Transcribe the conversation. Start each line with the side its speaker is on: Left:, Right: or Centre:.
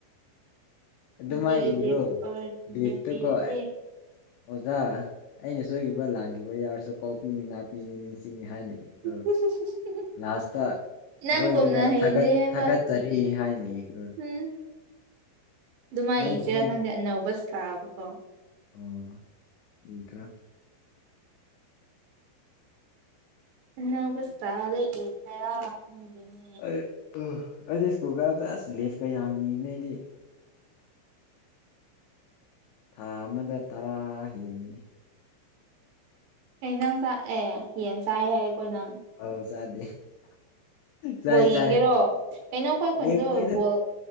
Left: ꯑꯗꯨꯃꯥꯏ
Right: ꯅꯨꯡꯇꯤꯒꯤ
Left: ꯏꯔꯣ
Right: ꯂꯤꯐ
Left: ꯂꯤꯞꯇꯀꯣ
Right: ꯂꯤꯐ ꯏꯔꯗꯤ
Left: ꯑꯦ ꯑꯣꯖꯥ ꯑꯩꯅ ꯁꯣꯏꯈꯤꯕ ꯂꯥꯟꯈꯤꯕ ꯌꯥꯎꯔꯁꯨ ꯀꯣꯛꯄꯤꯅꯤ ꯉꯛꯄꯤꯅꯤ ꯅꯤꯡꯁꯤꯡꯉꯦ ꯍꯥꯏꯅ ꯏꯈ꯭ꯔꯣ
Right: <unintelligible>
Left: ꯂꯥꯁꯇ
Right: ꯅꯪꯒꯨꯝꯅ
Left: ꯑꯔꯣꯏꯕꯗ
Right: ꯍꯩꯗꯦ
Left: ꯊꯥꯒꯠ
Right: ꯍꯥꯏꯕ
Left: ꯊꯥꯒꯠꯆꯔꯤ ꯍꯥꯏꯅ ꯏꯈ꯭ꯔꯣ
Right: ꯍꯨꯝ ꯑꯗꯨꯃꯥꯏ
Left: ꯅꯪꯒꯨꯝꯕ
Right: ꯏꯁꯤꯔꯥ ꯈꯪꯗꯦ ꯑꯅꯧꯕ ꯏꯁꯇꯥꯏꯟꯗꯀꯣ
Left: ꯑꯣ ꯏꯒ꯭ꯔꯥ
Right: ꯑꯅꯧꯕ ꯏꯁꯇꯥꯏꯟꯗ ꯏꯖꯤꯔ ꯈꯪꯗꯦꯅꯦ
Left: ꯑꯩ ꯑꯩꯗꯤ ꯁ꯭ꯀꯨꯜ ꯀꯥꯕꯗ ꯑꯁ ꯂꯦꯞꯀ ꯌꯥꯝ ꯏꯕꯅꯦ ꯑꯩꯗꯤ ꯊꯥ ꯑꯃꯗ ꯇꯔꯥ ꯍꯦꯟꯕꯅꯦ
Right: ꯀꯩꯖꯥꯡ ꯆꯥꯏ ꯑꯦ ꯌꯦꯟ ꯆꯥꯏ ꯍꯥꯏꯀꯣ ꯅꯪ
Left: ꯑꯣ ꯆꯥꯗꯦ ꯆꯥꯏ
Right: ꯕꯣꯜ
Left: ꯆꯥꯏ
Right: ꯌꯦꯡꯒꯦꯔꯣ ꯀꯩꯅꯣ ꯑꯈꯣꯏ ꯈꯨꯟꯗꯣ
Left: ꯌꯦꯡꯉꯣꯏꯗ
Right: ꯕꯣꯜ